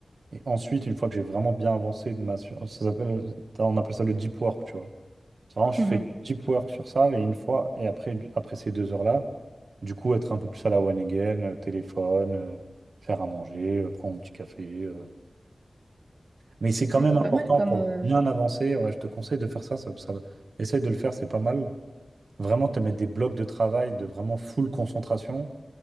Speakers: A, on the right; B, on the right.
A: Et ensuite, une fois que j'ai vraiment bien avancé de ma, sur- ça s'appelle, euh, on appelle ça le deep work, tu vois. Vraiment, je
B: Mhm.
A: fais deep work sur ça et une fois, et après, après ces deux heures-là, du coup, être un peu plus à la one again, euh, téléphone, euh, faire à manger, euh, prendre un petit café. euh. Mais c'est quand
B: Ouais,
A: même
B: c'est
A: important
B: pas mal comme.
A: pour
B: euh,
A: bien avancer. Ouais, je te conseille de faire ça, ça, ça va- Essaye de le faire, c'est pas mal. Vraiment te mettre des blocs de travail de vraiment full concentration